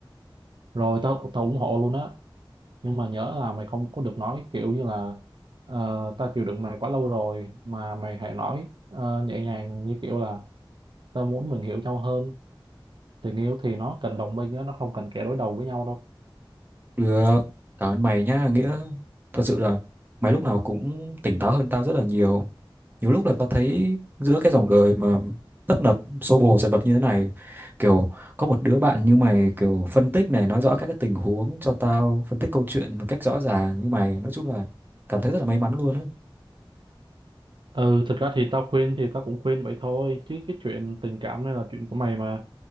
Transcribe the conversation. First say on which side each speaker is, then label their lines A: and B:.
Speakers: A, on the right; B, on the right.
A: rồi tao tao ủng hộ luôn á nhưng mà nhớ là mày không có được nói cái kiểu như là "Ờ, ta chịu đựng mày quá lâu rồi mà mày hãy nói ờ, nhẹ nhàng như kiểu là ta muốn mình hiểu nhau hơn tình yêu thì nó cần đồng minh á, nó không cần kẻ đối đầu với nhau đâu
B: được cảm ơn mày nhá Nghĩa thật sự là mày lúc nào cũng tỉnh táo hơn tao rất là nhiều nhiều lúc là tao thấy giữa cái dòng đời mà tấp nập xô bồ dần vật như thế này kiểu có một đứa bạn như mày kiểu phân tích này nói rõ các cái tình huống cho tao phân tích câu chuyện một cách rõ ràng như mày nói chung là cảm thấy rất là may mắn luôn đấy.
A: ừ thực ra thì tao khuyên thì tao cũng khuyên vậy thôi chứ cái chuyện tình cảm này là chuyện của mày mà